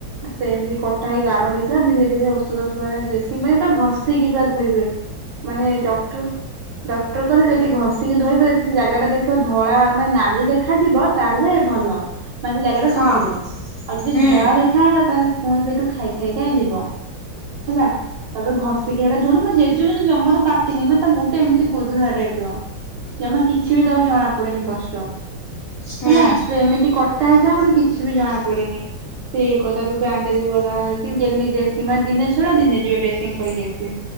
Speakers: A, on the right; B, on the left.
A: ସେମତି କଟା ହେଇ ଗାଡ ହୋଇଥିଲା ମୁଁ ଏ ଯୋଉ ଔଷଧ <unintelligible> ଦେଶୀ ମାନେ ତାକୁ ଘଷିକି ପୁରା ଧୋଇବେ। ମାନେ ଡକ୍ଟର ଡକ୍ଟର କହିଲେ ଯେତିକି ଘଷିକି ଧୋଇବେ ଯଦି ସେ ଜାଗା ଟା ଦେଖିବ ଧଳା ମାନେ ନାଲି ଦେଖାଯିବ ତାହେଲେ ଭଲ ମାନେ ସେ ଜାଗା ଟା
B: ହଁ
A: ଶୁଖିବ ଆଉ ଯଦି
B: ହୁଁ
A: ଧଳା ଦେଖାହେଲା ତାହାଲ୍ ପୁଣି ସେଟୁ ଖାଇ ଖାଇକା ଯିବ ହେଲା। ତାପରେ ଘଷିକି ହେଇଡା ଧୁଅନ୍ତି। ମୋ ଜେଜେ <unintelligible> ଜମାରୁୁ କାଟିନି ମୁଁ <unintelligible> ତାଙ୍କ ଗୋଟେ ଏମିତି ଗୋଧୋରା ଟାଇପ୍ ର ଜମା କିଛି ବି ତାଙ୍କୁ ଜଣା ପଡେନି କଷ୍ଟ।
B: ହୁଁ
A: ହେଲା। ପୁରା ଏମିତି କଟା ହେଇଥିଲା ଯେ ଗୋଟେ କିଛି ବି ଜଣା ପଡନି। ଏଇ କଦାବି ବ୍ୟାନ୍ ବ୍ୟାଣ୍ଡେଜ୍ କରା ହେଇକି ଡେଲି ଡେସ୍ ଦିନେ ଛଡା ଦିନେ ଯିବେ ଡେସିଙ୍ଗ୍ କରିକି ଆସିବେ।